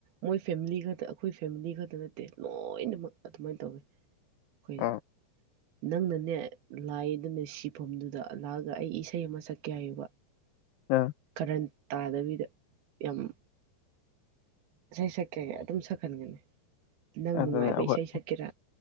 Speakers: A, on the right; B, on the left.
A: ꯃꯣꯏ ꯐꯦꯃꯤꯂꯤ ꯈꯛꯇ ꯑꯩꯈꯣꯏ ꯐꯦꯃꯤꯂꯤ ꯈꯛꯇ ꯅꯠꯇꯦ ꯂꯣꯏꯅꯃꯛ ꯑꯗꯨꯃꯥꯏꯅ ꯇꯧꯋꯤ ꯑꯩꯈꯣꯏ
B: ꯑ
A: ꯅꯪꯅꯅꯦ ꯂꯥꯏꯗꯅ ꯁꯤꯐꯝꯗꯨꯗ ꯑꯜꯂꯥꯑꯒ ꯑꯩ ꯏꯁꯩ ꯑꯃ ꯁꯛꯀꯦ ꯍꯥꯏꯌꯦꯕ
B: ꯎꯝ
A: ꯀꯔꯟ ꯇꯥꯗꯕꯤꯗ ꯌꯥꯝ ꯏꯁꯩ ꯁꯛꯀꯒꯦ ꯑꯗꯨꯝ ꯁꯛꯍꯟꯒꯅꯤ ꯅꯪ
B: ꯑꯗꯨꯅ
A: ꯅꯨꯡꯉꯥꯏꯕ
B: ꯑꯩꯈꯣꯏ
A: ꯏꯁꯩ ꯁꯛꯀꯦꯔꯥ